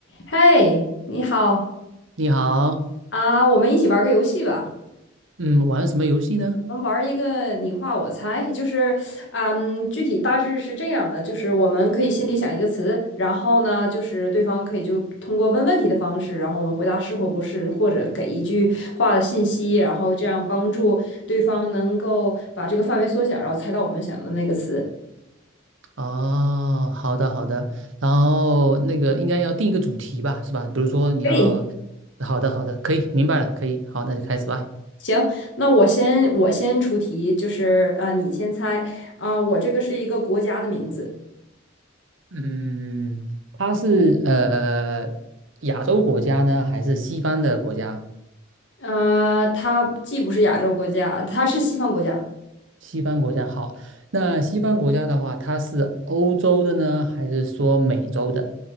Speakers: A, on the left (about 60°); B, on the right (about 70°).
A: 嘿，你好
B: 你好，
A: 啊，我们一起玩个游戏吧。
B: 嗯，玩什么游戏呢？
A: 我们玩一个你画我猜，就是，嗯，具体大致是这样的，就是我们可以心里想一个词，然后呢，就是对方可以就通过问问题的方式，然后我们回答是或不是，或者给一句话的信息，然后这样帮助对方能够把这个范围缩小，然后猜到我们想的那个词。
B: 哦，好的好的，然后那个应该要定一个主题吧，是吧？比如说你要，
A: 可以，
B: 好的好的，可以，明白了，可以，好，那就开始吧。
A: 行，那我先我先出题，就是啊，你先猜啊，我这个是一个国家的名字。
B: 嗯，它是呃亚洲国家呢，还是西方的国家？
A: 呃，它既不是亚洲国家，它是西方国家，
B: 西方国家好，那西方国家的话，它是欧洲的呢，还是说美洲的？